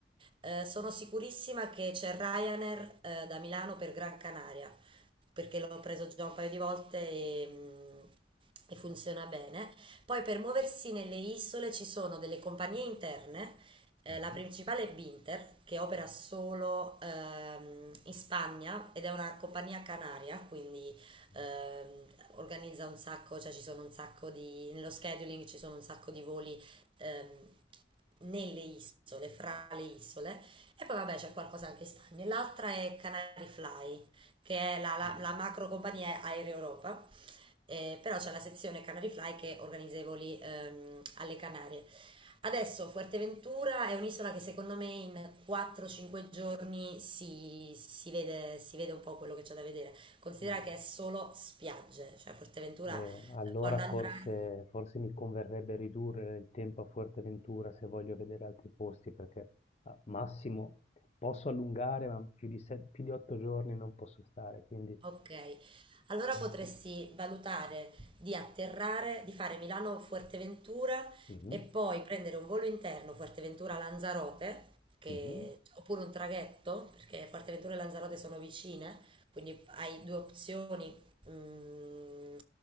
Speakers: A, on the right (about 30°); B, on the left (about 35°).
A: Eh, sono sicurissima che c'è Ryanair eh, da Milano per Gran Canaria, perché l'ho preso già un paio di volte e, mm, e funziona bene. Poi per muoversi nelle isole ci sono delle compagnie interne eh,
B: Mm.
A: la principale è Binter, che opera solo ehm, in Spagna ed è una compagnia canaria, quindi ehm,
B: Mm,
A: organizza un sacco, cioè ci sono un sacco di, nello scheduling ci sono un sacco di voli ehm, nelle isole, fra le isole, e poi vabbè c'è qualcosa anche in Spagna. L'altra è Canary Fly, che è la, la,
B: mm.
A: la macro compagnia Air Europa, Eh, però c'è la sezione Canary Fly che organizza i voli ehm, alle Canarie. Adesso Fuerteventura è un'isola che secondo me in 4-5 giorni si, si vede, si vede un po' quello che c'è da vedere. Considera
B: mm.
A: che è solo spiagge, cioè Fuerteventura
B: Eh,
A: eh,
B: allora
A: quando
B: forse,
A: andrai.
B: forse mi converrebbe ridurre il tempo a Fuerteventura se voglio vedere altri posti, perché a massimo posso allungare, ma più di, se- più di otto giorni non posso stare, quindi...
A: Ok, allora potresti valutare di atterrare, di fare Milano-Fuerteventura
B: Mhm,
A: e poi prendere un volo interno Fuerteventura-Lanzarote, che-
B: mhm.
A: oppure un traghetto, perché Fuerteventura e Lanzarote sono vicine, quindi hai due opzioni mm,